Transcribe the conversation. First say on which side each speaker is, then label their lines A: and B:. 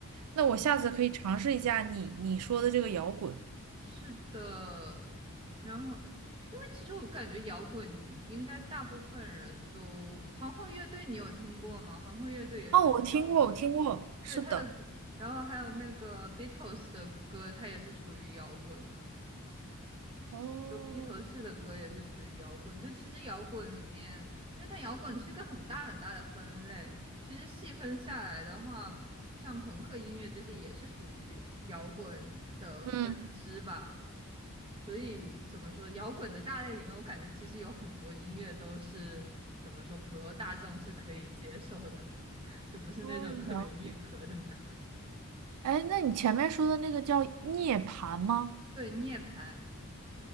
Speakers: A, on the right (about 85°); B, on the right (about 25°).
A: 那我下次可以尝试一下你你说的这个摇滚。
B: 嗯，<laughs> 是的，然后因为其实我感觉摇滚应该大部分人都，皇后乐队你有听过吗？皇后乐队也属于摇滚。
A: 哦，我听过，我听过，是的，
B: 对他的歌，然后还有那个 Beatles 的歌，它也是属于摇滚的。
A: 哦
B: 就披头士的歌也是属于摇滚。就其实摇滚里面，因为它摇滚是一个很大很大的分类，其实细分下来的话，像朋克音乐这些也是属于摇滚的分支吧。
A: 嗯，
B: 所以怎么说，摇滚的大类里面，我感觉其实有很多音乐都是怎么说，普罗大众是可以接受的，<laughs> 就不是那种特别硬核的歌。
A: 哦，了。哎，那你前面说的那个叫涅槃吗？
B: 对涅槃